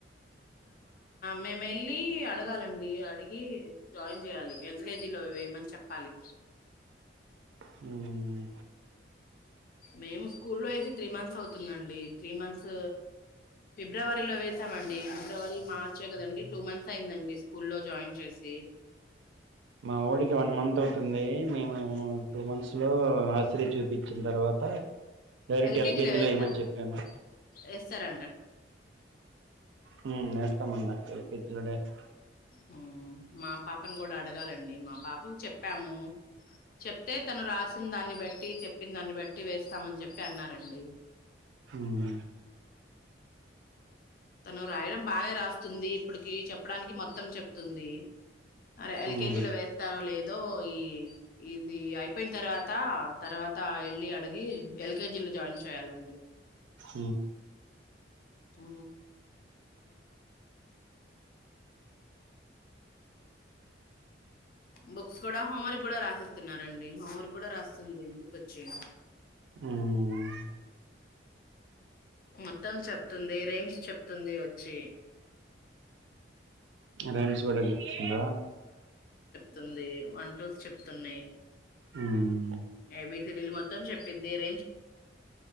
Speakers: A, on the left (about 50°); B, on the right (about 75°).
A: మేమేళ్ళీ అడగాలండి, ఇఎ అడిగి జాయిన్ జేయాలి హెల్త్ హెజీలో వేయమని చెప్పాలి.
B: హ్మ్మ్
A: మేము స్కూల్ లో వేసి త్రీ మంత్స్ అవుతుందండి. త్రీ మంత్స్ ఫిబ్రవరిలో వేసామండి. ఫిబ్రవరి మార్చే కదండి టూ మన్స్ సైన్దండి స్కూల్లో జాయిన్ చేసి
B: మావోడికి వన్ మంత్ అవుతుంది. మేమి మున్ టూ మంత్స్ లో నర్సరీ చూపించిన్ తర్వాత డైరెక్ట్
A: ఎల్ కే
B: ఎల్కేజీ
A: జీలో వేస్తారా
B: లో ఏమని చెప్పాము హ్మ్మ్ వేస్తామన్నారు ఎల్ కే జీలోచిన్నోండాడ్
A: హ్మ్ మా పాపని కూడా అడగాలండి మా పాపకి చెప్పాము. చెప్తే తను రాస్ చ్చిన్ దాన్ని బట్టి చెప్పిన్ దాన్ని బట్టి వేస్తామని చెప్పి అన్నారండి.
B: హ్మ్
A: తను రాయడం బానే రాస్తుంది. ఇప్పటికి చెప్డానికి మొత్తం చెప్తుంది. అరే ఎల్కేజీలో
B: ఉమ్,
A: వేస్తారో లేదు ఏదో ఈ ఇది ఐ పోయిన తర్వాత తర్వాత వెళ్ళి అడిగి ఎల్కేజి లో జాయిన్ చేయ్యాలండి
B: హ
A: అ బుక్స్ కూడా హోంవర్క్ కూడా రాసిస్తున్నారండి హోంవర్క్ కూడా రాస్తుంది ఇంటికొచ్చి
B: ఉమ్.
A: మొత్తం చెప్తుంది రయిమ్స్ చెప్తుంది వచ్చి
B: రేమ్స్ కూడా చెప్తుందా
A: తుంది వంటలు చెప్తున్నాయి
B: ఉమ్,
A: ఏబీ సిడీల్ మ ని చెప్పద్దిర